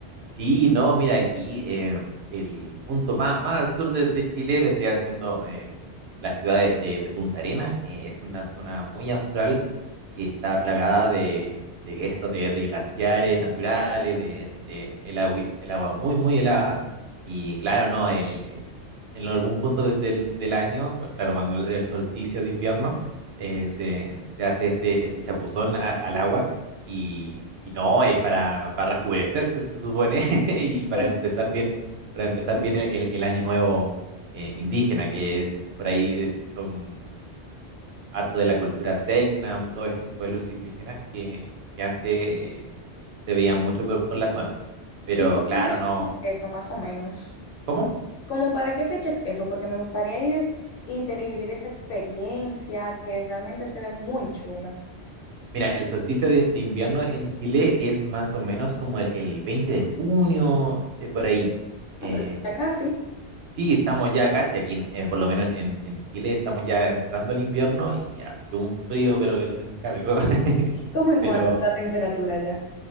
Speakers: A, on the right; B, on the left.
A: Sí, no, mira, aquí eh, el punto más, más al sur de, de Chile vendría siendo eh, la ciudad de, de- de Punta Arenas, que es una zona muy austral que está plagada de, de esto, de, de glaciares naturales, de, de el, agui- el agua muy, muy helada. Y claro, no, el, el- en algún punto de- del, del año, cu- claro, cuando el, el solsticio de invierno, eh, se, se hace este, este chapuzón a- al agua y, y no, es para, para rejuvenecerse, se supone, <laughs> y para
B: Sí.
A: empezar bien, para empezar bien el, el- el año nuevo eh, indígena, que por ahí son harto de la cultura Selknam, todos estos pueblos indígenas que, que antes eh, se veían mucho por, por la zona. Pero
B: ¿Y cómo
A: claro, no.
B: es eso, más o menos?
A: ¿Cómo?
B: como para qué fecha es eso? Porque me gustaría ir y, te- y vivir esa experiencia que realmente se ve muy chula.
A: Mira, el solsticio de, de invierno en Chile es más o menos como el, el 20 de junio, eh, por ahí. eh,
B: Ah, pero ya casi.
A: Sí, estamos ya casi aquí, en- eh, por lo menos en, en- en Chile, estamos ya entrando al invierno y hace un frío, pero que te lo encargo. <laughs>
B: ¿Cómo en
A: Pero
B: cuanto está la temperatura ya?